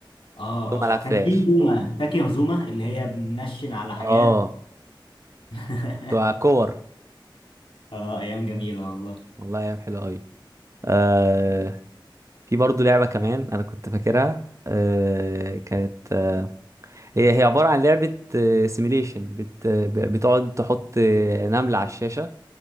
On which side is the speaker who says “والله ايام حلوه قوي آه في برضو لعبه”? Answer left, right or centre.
Right